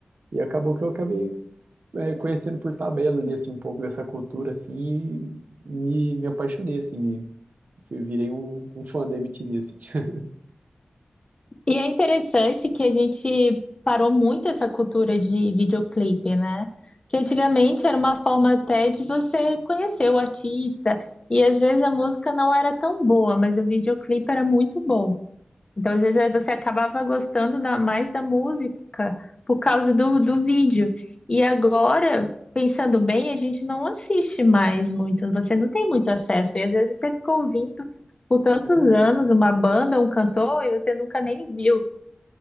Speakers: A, on the right; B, on the left.
A: E acabou que eu acabei é, conhecendo por tabela ali, assim, um pouco dessa cultura, assim, e me, me apaixonei, assim, me, fui- virei um, um fã da MTV, assim. <laughs>
B: E é interessante que a gente parou muito essa cultura de videoclipe, né? Que antigamente era uma forma até de você conhecer o artista, e às vezes a música não era tão boa, mas o videoclipe era muito bom. Então, às vezes, aí você acabava gostando da- mais da música por causa do, do vídeo. E agora, pensando bem, a gente não assiste mais muito, você não tem muito acesso, e às vezes você ficou ouvindo por tantos
A: Exato.
B: anos uma banda, um cantor, e você nunca nem viu.